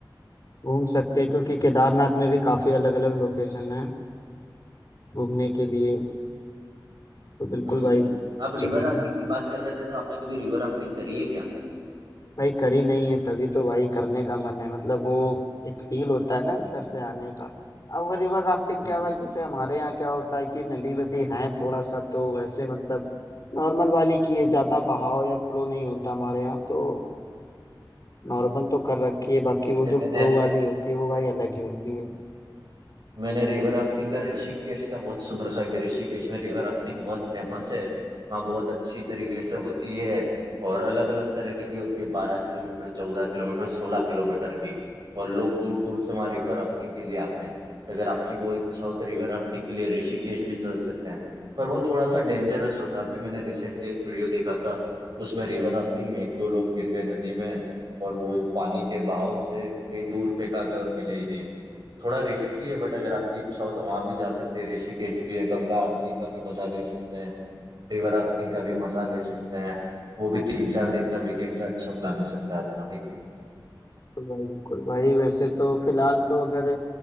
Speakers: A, on the left; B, on the right.
A: घूम सकते हैं क्योंकि केदारनाथ में भी काफ़ी अलग अलग लोकेशन है घूमने के लिए तो बिल्कुल
B: हम्म
A: भाई
B: बिल्कुल आप
A: चलेंगे
B: रिवर राफ्टिंग की बात कर रहे थे तो आपने कभी रिवर राफ्टिंग करी है क्या
A: भाई करी नहीं है तभी तो भाई करने का मन है मतलब वो एक फील होता है ना अंदर से आने का अब वो रिवर राफ्टिंग
B: हम्म
A: क्या भाई जैसे हमारे यहाँ क्या होता है कि नदी वदी है थोड़ा सा तो वैसे मतलब नॉर्मल वाली की है ज्यादा बहाव या फ्लो नहीं होता हमारे यहाँ तो नॉर्मल तो कर रखी है बाकी
B: जैसे
A: वो जो
B: मैंने
A: फ्लो वाली होती है वो भाई अलग ही होती है
B: मैंने रिवर राफ्टिंग का ऋषिकेश का बहुत सुन रखा है कि ऋषिकेश में रिवर राफ्टिंग बहुत फेमस है वहाँ बहुत अच्छी तरीके से होती है और अलग अलग तरीके की होती है बारह किलोमीटर चौदह किलोमीटर सोलह किलोमीटर की और लोग दूर दूर से वहाँ रिवर राफ्टिंग के लिए आते हैं अगर आपकी वो इच्छा हो तो रिवर राफ्टिंग के लिए ऋषिकेश भी चल सकते हैं पर वो थोड़ा सा डेंजरस होता है अभी मैंने रिसेंटली एक वीडियो देखा था उसमें रिवर राफ्टिंग में एक दो लोग गिर गए नदी में और वो पानी के बहाव से कहीं दूर फेंका गए और मिले ही नहीं थोड़ा रिस्की है बट अगर आपकी इच्छा हो तो वहां भी जा सकते हैं ऋषिकेश भी है गंगा आरती का भी मजा ले सकते हैं रिवर राफ्टिंग का भी मजा ले सकते हैं वो भी तीन चार दिन का वीकेंड का अच्छा प्लान हो सकता है अपना एक
A: भाई बिल्कुल भाई वैसे तो फिलहाल तो अगर